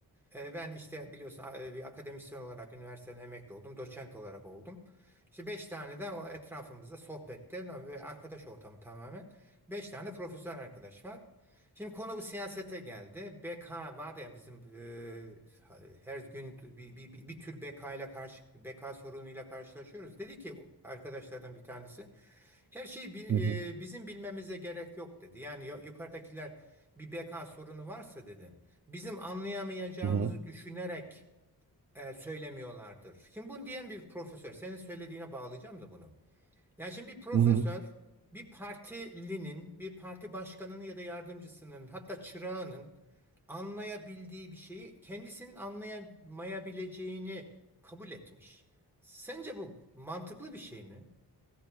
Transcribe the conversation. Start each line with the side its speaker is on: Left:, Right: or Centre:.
Centre: E, Ben işte biliyorsun e, bir akademisyen olarak üniversiteden emekli oldum. Doçent olarak oldum. İşte beş tane de o etrafımızda sohbette no, ve arkadaş ortamı tamamen. Beş tane de profesyonel arkadaş var. Şimdi konu bu siyasete geldi. BK var ya bizim e, her gün bir, bir, bir, bir tür BK ile karşı BK sorunuyla karşılaşıyoruz. Dedi ki arkadaşlardan bir tanesi her şeyi bi-
Right: Hı hı,
Centre: e, bizim bilmemize gerek yok dedi. Yani yu- yukarıdakiler bir BK sorunu varsa dedi bizim anlayamayacağımızı
Right: hı hı,
Centre: düşünerek e, söylemiyorlardır. Şimdi bunu diyen bir profesör, senin söylediğine bağlayacağım da bunu. Yani şimdi bir profesör,
Right: hı hı.
Centre: bir partilinin, bir parti başkanının ya da yardımcısının, hatta çırağının anlayabildiği bir şeyi kendisinin anlayamayabileceğini kabul etmiş. Sence bu mantıklı bir şey mi?